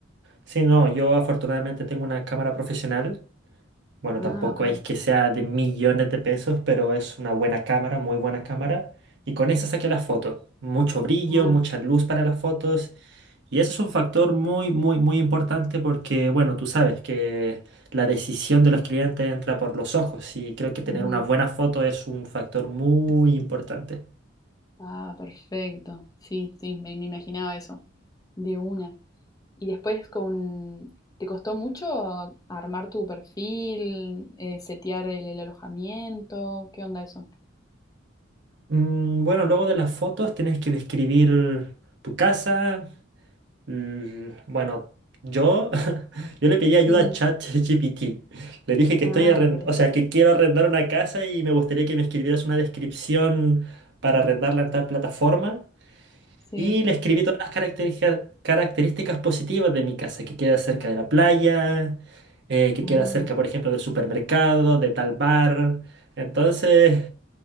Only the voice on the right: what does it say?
Sí, no, yo afortunadamente tengo una cámara profesional. Bueno,
tampoco
es que sea de millones de pesos, pero es una buena cámara, muy buena cámara. Y con esa saqué las fotos. Mucho brillo,
mucha luz para las fotos. Y eso es un factor muy, muy, muy importante porque, bueno, tú sabes que la decisión de los clientes entra por los ojos y creo que tener
una buena foto es un factor muy importante.
Mm, bueno, luego de las fotos tienes que describir tu casa, L- Bueno, yo, <laughs> yo le pedí ayuda
a ChatGPT. Le dije que
estoy arrend-
o sea, que quiero arrendar una casa y me gustaría que me escribieras una descripción para arrendarla en tal plataforma.
Y le escribí todas las caracterija- características positivas de mi casa, que queda cerca de la playa, eh, que
queda cerca, por ejemplo, del supermercado, de tal bar. Entonces...